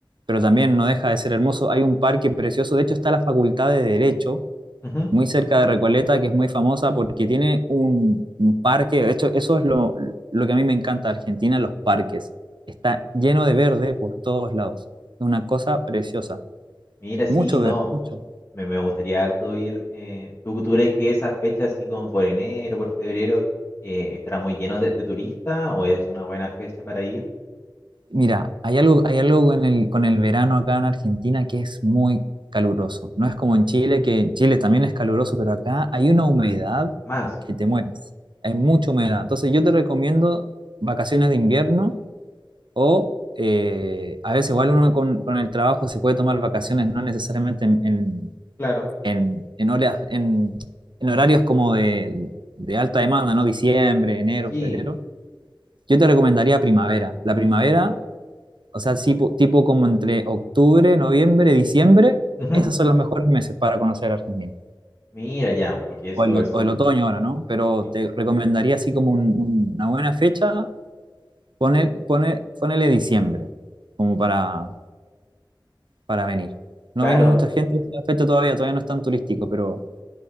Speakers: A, on the right (about 80°); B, on the left (about 30°).
A: pero también no deja de ser hermoso. Hay un parque precioso, de hecho está la Facultad de Derecho
B: Ujú.
A: muy cerca de Recoleta, que es muy famosa porque tiene un, un parque. Esto, eso es lo, lo que a mí me encanta de Argentina, los parques. Está lleno de verde por todos lados. Es una cosa preciosa.
B: Mira, sí,
A: Mucho
B: no.
A: verde, mucho.
B: Me, me gustaría harto ir. eh, ¿tú, tú crees que esa fecha, así como por enero, por febrero, eh, estará muy lleno de, de turistas o es una buena fecha para ir?
A: Mira, hay algo, hay algo con el, con el verano acá en Argentina que es muy caluroso. No es como en Chile, que en Chile también es caluroso, pero acá hay una humedad
B: Más,
A: que te mueres. Hay mucha humedad. Entonces yo te recomiendo vacaciones de invierno O eh, a veces igual uno con, con el trabajo se puede tomar vacaciones, no necesariamente en, en,
B: claro.
A: en- en horas, en, en horarios como de, de alta demanda, ¿no? Diciembre, enero,
B: Sí.
A: febrero. Yo te recomendaría primavera. La primavera, o sea, tipo, tipo como entre octubre, noviembre, diciembre,
B: Ujú.
A: esos son los mejores meses para conocer Argentina.
B: Mira, ya, porque eso,
A: O el, o-
B: eso,
A: o el otoño ahora, ¿no? Pero
B: cl-
A: te recomendaría así como un- un- una buena fecha, pone pone ponele diciembre, como para para venir. No
B: claro,
A: viene mucha gente en la fecha todavía, todavía no es tan turístico, pero